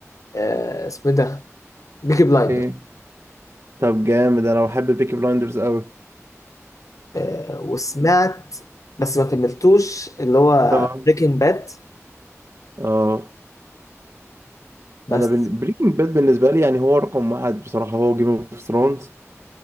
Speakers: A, on the left; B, on the right.
A: آه، اسمه إيه ده بيكي بلايندر
B: ايه طب جامد انا بحب بيكي بلايندرز قوي
A: آه، وسمعت بس ما كملتوش اللي هو
B: اه
A: بريكنج باد
B: اه
A: بس
B: انا بريكنج باد بالنسبة لي يعني هو رقم واحد بصراحة هو جيم اوف ثرونز